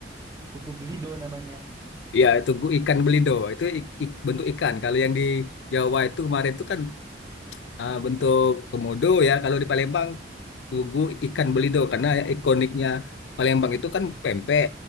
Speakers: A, on the right; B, on the left.
A: Tugu Belido namanya.
B: Iya, tugu ikan belido itu ik- ik- bentuk ikan. Kalau yang di Jawa itu kemarin itu kan ah, bentuk komodo ya. Kalau di Palembang tugu ikan belido karena ya ikoniknya Palembang itu kan pempek.